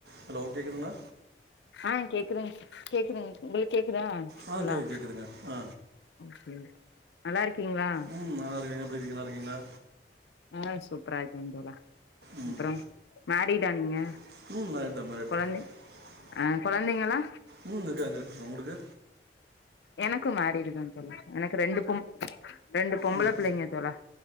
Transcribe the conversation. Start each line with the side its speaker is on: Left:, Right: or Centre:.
Right: Hello கேக்குதுங்ளா
Left: ஆஹ் கேக்குறேன் கேக்குறீங்க உங்களுக்கு கேக்
Right: ஆ
Left: தோழா
Right: கேட்குது கேட்குதுங்க ஆ
Left: ஓகே நல்லாருக்கீங்களா
Right: ம் நல்லா இருக்கீங்க எப்படி இருக்கீங்க நல்லா இருக்கீங்களா
Left: ஆஹ் சூப்பரா இருக்கேன் தோழா
Right: ம்
Left: அப்புறம் மேரிடா நீங்க
Right: <unintelligible>
Left: கொழந்தை ஆ குழந்தைங்களா
Right: உம் இருக்காங்க இருக்காங்க உங்களுக்கு
Left: எனக்கு மேரீடு தான் தோழா எனக்கு ரெண்டு பொம் ரெண்டு பொம்பள
Right: உம்
Left: பிள்ளைங்க தோழா